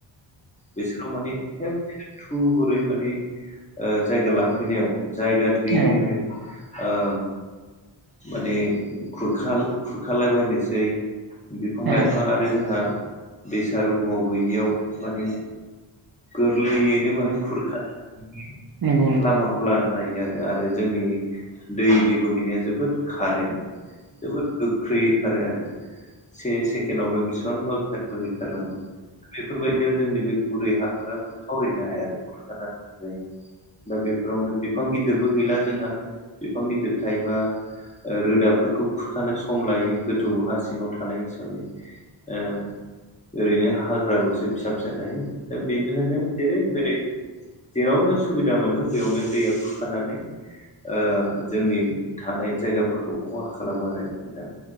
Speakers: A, on the left; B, on the right.
A: बिसोराव माने खेबसे थुबुरै माने ओ जायगा लाफैनायाव जायगा थैयैनो
B: औ
A: ओ माने खुरखा-खुरखालाबायनोसै बिफां
B: औ
A: लाइफां आ ओमफ्राय जोंहा दैसा रुगङाव गैयियाव माने गोरलैयैनो माने खुरखानो <unintelligible>
B: नंगौ नोंथां
A: लामाखौ। खौ लानो हायो आरो, आरो जोंनि दैनि बोहैनाया जोबोद कारेन्ट जोबोद गोख्रैयै खारो आरो। से सेकेडआवनो बेसेबां गोजान बोहैखार लाङो। बेफोरबायदियाव जोंनि बे गुरै हा <unintelligible> थावरिनो हाया आरो खुरखानानै लांजायो। दा बेफोरावनो बिफां गिदिरबो गैला जोंहा बिफां गिदिर थायोबा ओ रोदाफोरखौ खुरखानो सम लायो गोथौ हा सिङाव थानाय हिसाबै। ओ ओरैनो हाग्राल'सो फिसा फिसा थायो। बेनिखायनो जेरै मेरै जेरावनो सुबिदा मोनदों बेयावनो दैया खुरखानानै ओ जोंनि थानाय जायगाफोरखौ खहा खालामो आरो नोंथां।